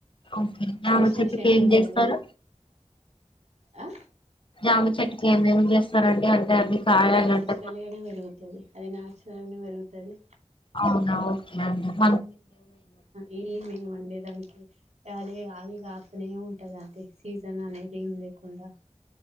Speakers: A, on the left; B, on the right.
A: ఓకే జామ
B: ఉసిరి
A: చెట్టుకి
B: చెట్టు
A: ఏం
B: ఉన్నది
A: చేస్తారు
B: ఆ
A: ఆమె చెట్కి ఏమేమి చేస్తారండి అ మీ కాయాలంట
B: అది నాచురల్ గానే పెరుగుతది అది నాచురల్ గానే పెరుగుతది
A: అవునవు ఆ
B: ఈ మేము అండేదానికి అదే రాళీగా అతనే ఉంటదంటడి సీజన్ అనేది ఏం లేకుండా